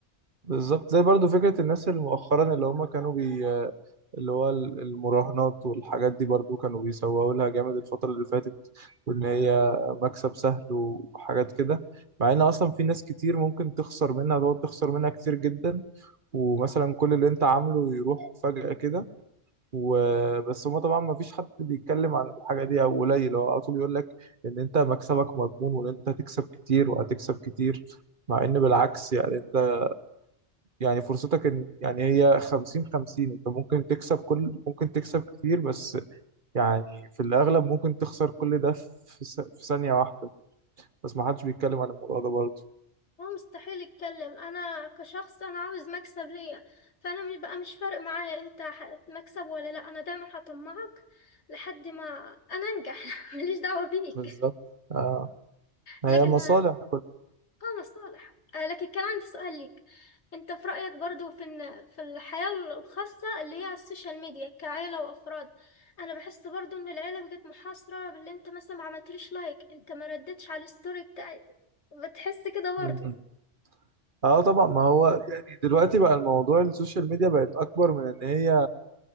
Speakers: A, on the right; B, on the left.
A: بالظبط زي برضو فكره الناس اللي مؤخرا اللي هم كانوا بي اللي هو ال- المراهنات والحاجات دي برضو كانوا بيسوقوا لها جامد الفتره اللي فاتت وان هي مكسب سهل وحاجات كده مع ان اصلا في ناس كتير ممكن تخسر منها تقعد تخسر منها كتير جدا ومثلا كل اللي انت عامله يروح فجأة كده وبس هما طبعا ما فيش حد بيتكلم عن الحاجة دي او قليل هو على طول يقول لك ان انت مكسبك مضمون وان انت هتكسب كتير وهتكسب كتير مع ان بالعكس يعني انت يعني فرصتك ان يعني هي 50 50 انت ممكن تكسب كل ممكن تكسب كتير بس يعني في الاغلب ممكن تخسر كل ده في, س... في ثانية واحدة بس ما حدش بيتكلم عن الموضوع ده برضه
B: هو مستحيل يتكلم أنا كشخص أنا عاوز مكسب ليا فأنا مش- بقى مش فارق معايا انت هتكسب ولا لأ أنا دايما هطمعك لحد ما أنا أنجح <laughs> ماليش دعوة بيك
A: بالظبط آه. هي
B: <laughs> لكن
A: مصالح
B: اه مصالح آه، لكن كان عندي سؤال ليك انت في رأيك برضو في ان في الحياة الخاصة اللي هي على السوشيال ميديا كعيلة وافراد انا بحس برضو ان العيلة بقت محاصرة باللي انت مثلا ما عملتليش لايك انت ما ردتش على الستوري بتاعي بتحس كده
A: كلها
B: برضو
A: اه طبعا ما هو يعني دلوقتي بقى الموضوع السوشيال ميديا بقت اكبر من ان هي